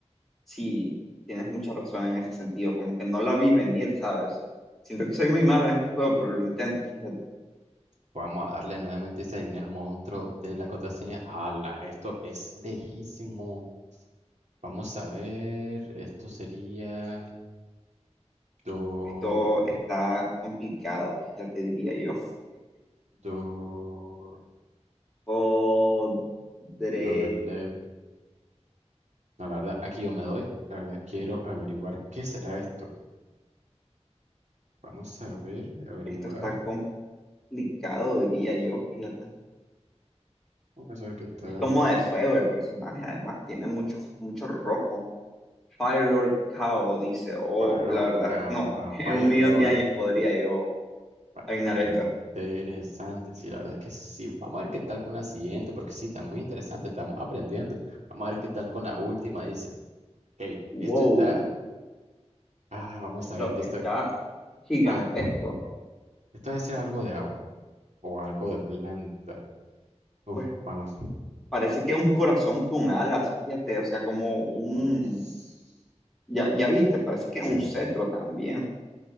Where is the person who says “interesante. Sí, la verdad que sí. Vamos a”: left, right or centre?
Right